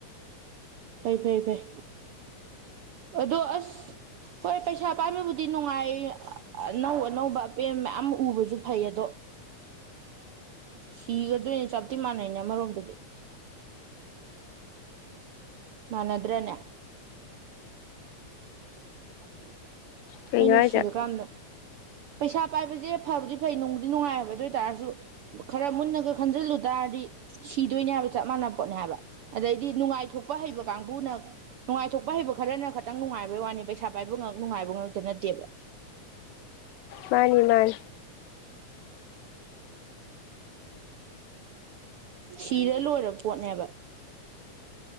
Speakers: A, on the right; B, on the left.
A: ꯐꯩ ꯐꯩ ꯐꯩ ꯑꯗꯣ ꯑꯁ ꯍꯣꯏ ꯄꯩꯁꯥ ꯄꯥꯏꯕꯕꯨꯗꯤ ꯅꯨꯡꯉꯥꯏ ꯑꯅꯧ ꯑꯅꯧꯕ ꯑꯄꯦꯟꯕ ꯃꯌꯥꯝ ꯎꯕꯁꯨ ꯐꯩ ꯑꯗꯣ ꯁꯤꯒꯗꯣꯏꯅꯦ ꯆꯥꯞꯇꯤ ꯃꯥꯟꯅꯩꯅꯦ ꯑꯃꯔꯣꯝꯗꯗꯤ ꯃꯅꯗ꯭ꯔꯅꯦ <inaudible>
B: ꯀꯩꯅꯣ
A: ꯑꯩꯅ
B: ꯍꯥꯏꯁꯦ
A: ꯁꯤꯔꯀꯥꯟꯗ ꯄꯩꯁꯥ ꯄꯥꯏꯕꯁꯦ ꯐꯕꯗꯤ ꯐꯩ ꯅꯨꯡꯗꯤ ꯅꯨꯡꯉꯥꯏ ꯍꯥꯏꯕ ꯑꯗꯨ ꯑꯣꯏ ꯇꯥꯔꯁꯨ ꯈꯔ ꯃꯨꯟꯅꯒ ꯈꯟꯖꯤꯜꯂꯨ ꯇꯥꯔꯗꯤ ꯁꯤꯗꯣꯏꯅꯦ ꯍꯥꯏꯕ ꯆꯞ ꯃꯥꯟ ꯄꯣꯠꯅꯤ ꯍꯥꯏꯕ ꯑꯗꯩꯗꯤ ꯅꯨꯡꯉꯥꯏꯊꯣꯛꯄ ꯍꯩꯕ ꯀꯥꯡꯕꯨꯅ ꯅꯨꯡꯉꯥꯏꯊꯣꯛꯄ ꯍꯩꯕ ꯈꯔꯅ ꯈꯈꯤꯇꯪ ꯅꯨꯡꯉꯥꯏꯕꯩ ꯋꯥꯅꯤ ꯄꯩꯁꯥ ꯄꯥꯏꯕ ꯉ ꯅꯨꯡꯉꯥꯏꯕ ꯉ ꯅꯠꯇꯦꯕ
B: ꯃꯥꯅꯤ ꯏꯃꯥꯟ
A: ꯁꯤꯔ ꯂꯣꯏꯔꯕ ꯄꯣꯠꯅꯦꯕ